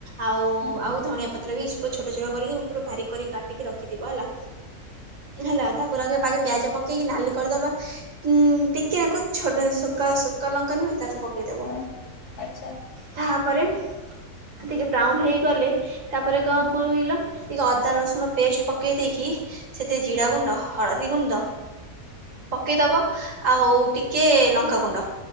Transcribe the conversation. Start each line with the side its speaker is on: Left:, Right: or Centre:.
Right: ଆଉ
Left: ଆଚ୍ଛା
Right: ଆଉ ଧଣିଆ ପତ୍ର ବି ଛୋଟ ଛୋଟ କରିକି ଭାରି କରି କାଟି କି ରଖିଥିବ ହେଲା। ହେଲା ତାପରେ ଆଗ ପିଆଜ ପକେ ପକେଇକି ନାଲି କରିଦବା ଉଁ ଟିକେ ଆକୁ ଛୋଟ ସୁଖିଳା ଲଙ୍କା ନୁହେଁ ତାକୁ ପକେଇ ଦବୁ
Left: ହଁ। ଆଚ୍ଛା
Right: ତାପରେ ଟିକେ ବ୍ରାଉନ୍ ହେଇଗଲେ ତାପରେ କଣ
Left: ହଁ
Right: କହିଲ ଟିକେ ଅଦା ଲସୁଣ ପେଷ୍ଟ୍ ପକେଇ ଦେଇକି ସେଥିରେ ଜିରା ଗୁଣ୍ଡ ହଳଦୀ ଗୁଣ୍ଡ ପକେଇଦବ ଆଉ ଟିକେ ଲଙ୍କାଗୁଣ୍ଡ